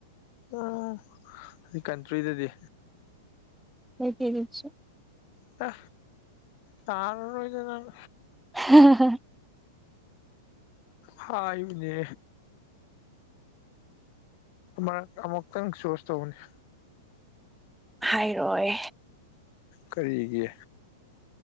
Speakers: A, on the left; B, in the centre.
A: ꯑꯣ ꯀꯟꯇ꯭ꯔꯤꯗꯗꯤ
B: ꯂꯩꯇ‌ꯦ ꯀꯩꯁꯨ
A: ꯇ ꯇꯥꯔ‌ꫭꯏꯗ ꯅꯪ...
B: ꯍ <inaudible>
A: ꯍꯥꯏꯌꯨꯅꯦ ꯑ ꯑꯃꯨꯛ ꯇꯪ ꯆꯨꯠꯁ ꯇꯧꯑ‌ꫭꯅ‌ꯦ
B: ꯍꯥꯏꯔꯣꯏ
A: ꯀꯔꯤꯒꯤ